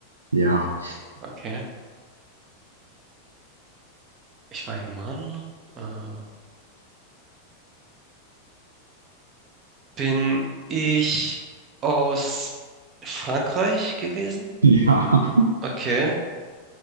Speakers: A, on the right (about 75°); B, on the right (about 30°).
A: Ja.
B: Okay. Ich war ein Mann. Äh, bin ich aus Frankreich gewesen?
A: <laughs> Ja.
B: Okay.